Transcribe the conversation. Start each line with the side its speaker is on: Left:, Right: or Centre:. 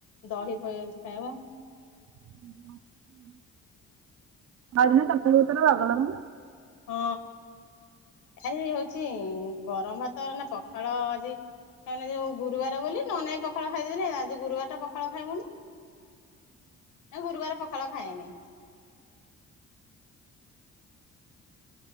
Left: ଦହି ଫହି ଅଛି ଖାଇବୁ।
Right: <unintelligible> ଆଉ <unintelligible> ତରକାରୀ ପତ୍ର ବାଗ ଲାଗୁନି।
Left: ହଁ, ଆରେ ହଉଚିଇଁ ଗରମ ଭାତ ନା ପଖାଳ ଆଜି ତାମାନେ ଯୋଉ ଗୁରୁବାର ବୋଲି ନହନେ ଏଇ ପଖାଳ ଖାଇଦେଇଥିନେ <unintelligible> ଆଜି ଗୁରୁବାରଟା ପଖାଳ ଖାଇମୁନୁ। ନାଇ ଗୁରୁବାର ପଖାଳ ଖାଏନି।